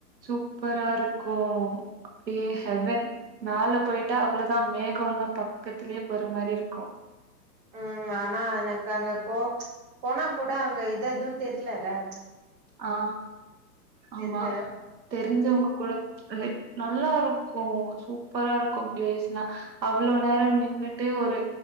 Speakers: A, on the right (about 85°); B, on the right (about 35°).
A: சூப்பரா இருக்கு அப்டியே ஹெவன் மேல போயிட்டா அவ்ள தா மேக லா பக்கத்துலே போற மாரி இருக்கு
B: ம் ஆனா எனக்கு அங்க போ போனா கூட அங்க இது அதுன்னு தெர்ல ல
A: ஆ ஆமா
B: தெர்ல
A: தெரிஞ்சவங்க குல அ நல்லா இருக்கு சூப்பரா இருக்கு பிளேஸ்லா அவ்ளோ நேரஃ நின்னுட்டு ஒரு